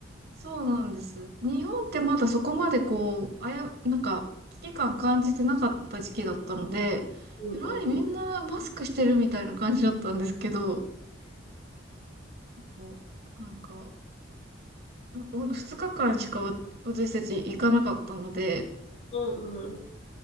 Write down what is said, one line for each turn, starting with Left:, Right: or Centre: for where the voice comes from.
Right: そうなんです。日本ってまだそこまでこう、あや、なんか、危機感感じてなかった時期だったので、
Left: うんうんうん。
Right: えらいみんなマスクしてるみたいな感じだったんですけど、もうなんか、2日間しかわ私たち行かなかったので、
Left: うんうん。